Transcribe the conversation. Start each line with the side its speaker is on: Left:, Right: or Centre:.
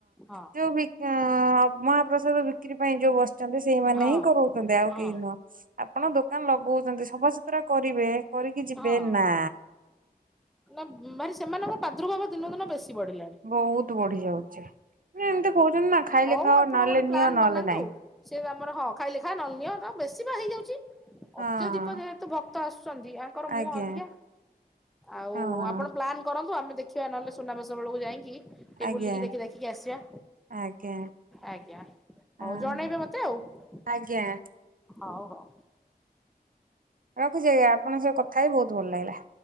Centre: ହଁ।
Right: ଯୋଉ ବି ଆ ମହାପ୍ରସାଦ ବିକ୍ରି ପାଇଁ ଯଉ ବସିଛନ୍ତି ସେଇମାନେ
Centre: ହଁ
Right: ହିଁ କରଉଛନ୍ତି ଆଉ
Centre: ହଁ
Right: କେହି ନୁହଁ। ଆପଣ ଦୋକାନ ଲଗଉଛନ୍ତି ସଫାସୁତୁରା କରିବେ କରିକି ଯିବେ
Centre: ହଁ
Right: ନାଁ
Centre: ନା ଭାରି ସେମାନଙ୍କ ପ୍ରାଦୁର୍ଭାବ ଦିନକୁ ଦିନ ବେଶୀ ବଢିଲାଣି।
Right: ବହୁତ ବଢି ଯାଉଚି ଏମିତି
Centre: ଆଜ୍ଞା
Right: କହୁଛନ୍ତି ନା ଖାଇଲେ
Centre: ହଉ
Right: ଖାଅ
Centre: ଆପଣ
Right: ନହେଲେ
Centre: ଗୋଟେ
Right: ନିଅ
Centre: ପ୍ଲାନ୍
Right: ନହେଲେ
Centre: ବନାନ୍ତୁ
Right: ନାଇଁ।
Centre: ସେ ତମର ହଁ ଖାଇଲେ ଖାଆ ନ ହେଲେ ନିଅ ବେଶୀ ବା ହେଇଯାଉଚି
Right: ହଁ।
Centre: ଅତ୍ୟଧିକ ଯେହେ ଭକ୍ତ ଆସୁଛନ୍ତି ଆଙ୍କର ମୁହଁ
Right: ଆଜ୍ଞା
Centre: ଅଧିକା ଆଉ
Right: ହଁ ହଁ
Centre: ଆପଣ ପ୍ଲାନ୍ କରନ୍ତୁ ଆମେ ଦେ ଦେଖିବା ନହେଲେ ସୁନାବେେଶ ବେଳକୁ ଯାଇକି ଟିକେ
Right: ଆଜ୍ଞା
Centre: ବୁଲିକି ଦେଖି ଦେଖିକି ଆସିବା।
Right: ଆଜ୍ଞା
Centre: ଆଜ୍ଞା
Right: ହଁ,
Centre: ହଉ ଜଣେଇବେ ମତେ ଆଉ।
Right: ଆଜ୍ଞା।
Centre: ହଉ ହଉ।
Right: ରଖୁଚି ଆଜ୍ଞା ଆପଣଙ୍କ ସହ କଥା ହୋଇ ବହୁତ ଭଲ ଲାଗିଲା।